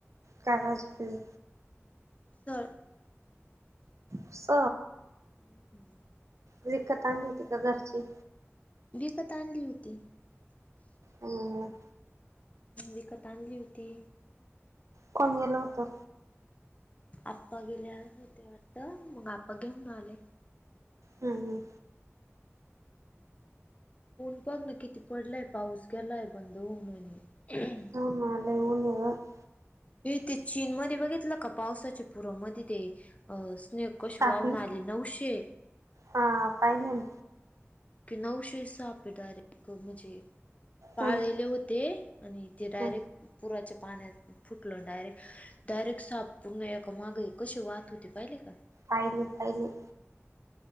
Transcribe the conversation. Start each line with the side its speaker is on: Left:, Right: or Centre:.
Right: काका आज प्लि
Left: सर
Right: स
Left: हम्म.
Right: विकत आणली त का घरचे.
Left: विकत आणली होती.
Right: हम हम.
Left: विकत आणली होती.
Right: कोण गेलं होतं.
Left: आप्पा गेल्या होते वाटत मग आप्पा घेऊन आले.
Right: हम्म हम्म
Left: ऊन बघ ना किती पडलाय पाऊस गेलाय बंद होऊन आणि
Right: <unintelligible>
Left: हेथ चीन मध्ये बघितलं का पावसाच्या पुराव मध्ये ते अ स्नेक कसे
Right: सापनी
Left: वाहून आले. नऊशे
Right: हा पाहिले.
Left: कि नऊशे साहापे डायरेक्ट म्हणजे पाळलेले
Right: हम्म
Left: होते. आणि तेे डायरेक्ट
Right: हम्म
Left: पुराच्या पाण्यात फुटलं डायरेक्ट डायरेक्ट साफण एका मागे कशी वाात होते पहिले का
Right: पाहिले पाहिले.